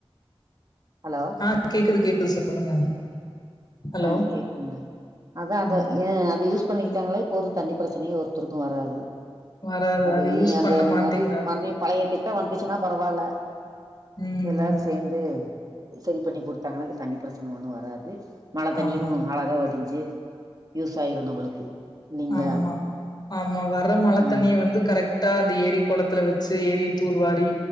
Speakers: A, on the right; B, on the left.
A: ஹலோ
B: ஆ கேக்குது கேக்குது சொல்லுங்க ஹலோ
A: ஆ கேக்குங்க அதா அதா
B: ம்
A: ஏ அத யூஸ் பண்ணிக்கிட்டாங்களே போது தண்ணி பிரச்சனையு ஒருத்தருக்கு வராது
B: வராது.
A: அது
B: அத யூஸ்
A: ஈ அந்த
B: பண்ண மாட்டேங்கிறாங்க.
A: மாதி பழைய பழைய திட்ட வந்துச்சுன்னா பரவால்ல
B: ம்
A: எல்லாரு சேந்து சரி பண்ணி குடுத்தாங்கனாக்க தண்ணி பிரச்சன ஒன்னு வராது மழத் தண்ணியு
B: ஆமா
A: அழகா வடி ஞ்சு யூஸ் ஆயிரு நம்மளுக்கு இல்லைங்களா
B: ஆமா ஆமா வர்ற மழ
A: ஆ
B: தண்ணிய வந்து கரெக்ட் தா அந்த ஏரி கொளத்துல வெச்சு ஏரிய தூர்வாரி